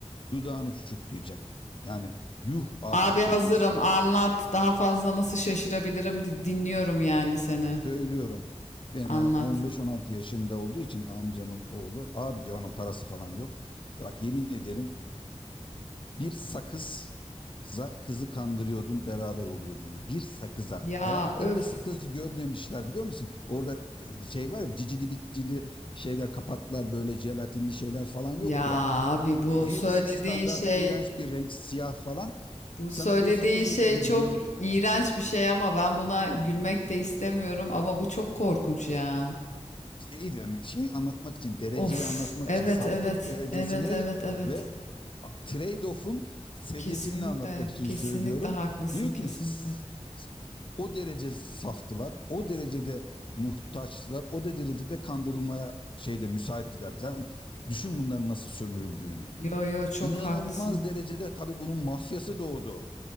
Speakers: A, on the left (about 45°); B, on the left (about 80°).
A: dudağını uçuklayacak. Yani yuh artık
B: Abi hazırım.
A: diyeceksin
B: Anlat.
A: yani.
B: Daha fazla nasıl şaşırabilirim? Di- Dinliyorum yani seni.
A: Söylüyorum. Ben
B: Anlat.
A: yani 15-16 yaşında olduğu için amcamın oğlu abi diyor onun parası falan yok. Ya bak yemin ederim bir sakızza kızı kandırıyordum beraber oluyordum diyor. Bir sakıza.
B: Ya
A: Hayatlarında
B: öf.
A: sakız görmemişler biliyor musun? Orada e, şey var ya cicili bicili şeyler kapaklar böyle jelatinli şeyler falan yok
B: Ya
A: ya.
B: abi bu
A: E, Hepsi
B: söylediğin
A: standart
B: şey,
A: iğrenç bir renk siyah falan.
B: bu
A: Sana
B: söylediğin
A: diyor sakız
B: şey
A: veririm
B: çok
A: diyor.
B: iğrenç bir şey ama ben buna gülmek de istemiyorum ama bu çok korkunç ya.
A: Şeyi yani şeyi anlatmak için, dereceyi
B: Of.
A: anlatmak
B: Evet,
A: için, saflık
B: evet.
A: derecesini
B: Evet, evet, evet.
A: ve trade-off'un seviyesini
B: Kesinlikle,
A: anlatmak için
B: kesinlikle
A: söylüyorum.
B: haklısın
A: Diyor
B: kesinlikle.
A: ki s- s- o derece saftılar, o derecede muhtaçtılar, o derecede kandırılmaya şeyde müsaittiler. Sen düşün bunların nasıl sömürüldüğünü.
B: Yo yo çok
A: İnanılmaz
B: haklısın.
A: derecede tabii bunun mafyası doğdu.